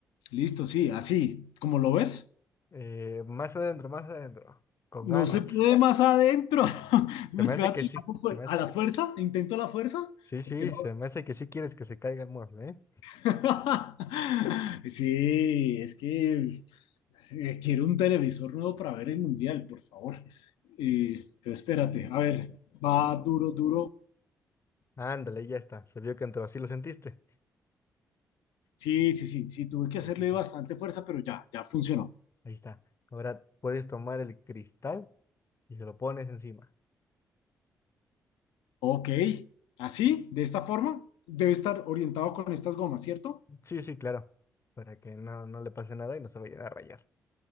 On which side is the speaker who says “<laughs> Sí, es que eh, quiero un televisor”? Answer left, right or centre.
Left